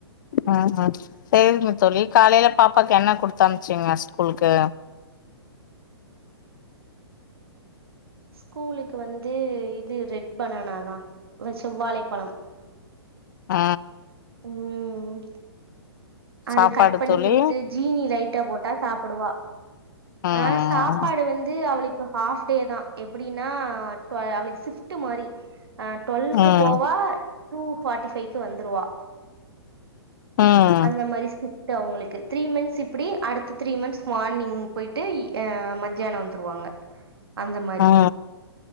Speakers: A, on the left (about 45°); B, on the right (about 65°).
A: ம் ம் சேரிங்க தோழி காலைல பாப்பாக்கு என்ன குடுத்து அனுப்சிங்க ஸ்கூல்க்கு
B: ஸ்கூலுக்கு வந்து இது ரெட் பனானா தா செவ்வாழை பழம்
A: ஆ
B: ம் அது
A: சாப்பாடு
B: கட் பண்ணி
A: தோழி
B: குடுத்து ஜீனி லைட்டா போட்டா சாப்புடுவா
A: ம்
B: ஆ சாப்பாடு வந்து அவளு க்கு ஹாஃப் டே தா எப்புடின்னா ட்வ அவளுக்கு சிஃப்ட்டு மாரி ஆ ட்வல்க்கு
A: ம்
B: போவா டூ ஃபாட்டி ஃபை ட்டு வந்துருவா
A: ம்
B: அந்த மாரி சி ஃப்ட்டு அவுங்களுக்கு த்ரீ மந்த்ஸ் இப்புடி அடுத்த த்ரீ மந்த்ஸ் மார்னிங் போயிட்டு அ மத்தியான வந்துருவாங்க அந்த மாரி
A: ஆ